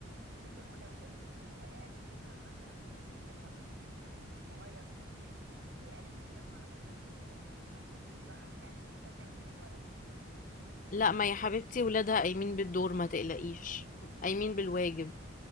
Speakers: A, on the right; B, on the left.
A: جدا ولو ابنك وهو قاعد بيفهم مثلا يعني بيفهم مش كي م- مش صغير وكبير وهي قالت قدامه على مدرسته كده المفروض ايه بقى يعني نستنى ايه من الولد
B: لا ما يا حبيبتي ولادها قايمين بالدور ما تقلقيش قايمين بالواجب